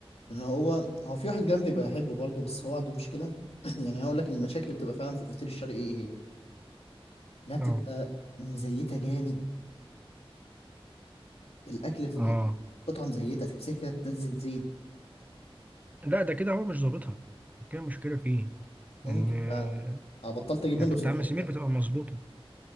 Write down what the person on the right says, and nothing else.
اه
اه
لا ده كده هو مش ظابطها كده مشكلة فيه
ان آه،
يعني
بتاعت
عم
سمير
بتبقى مظبوطة